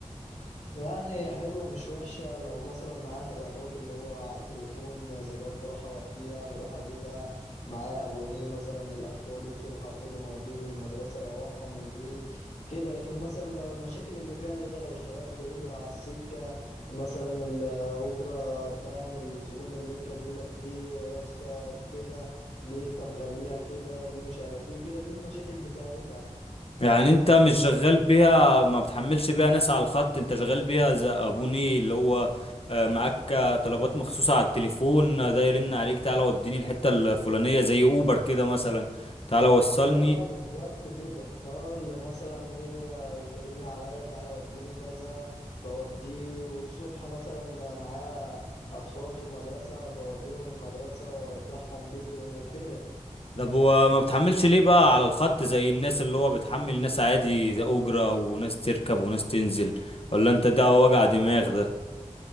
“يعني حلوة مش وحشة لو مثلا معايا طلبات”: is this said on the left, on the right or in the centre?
Left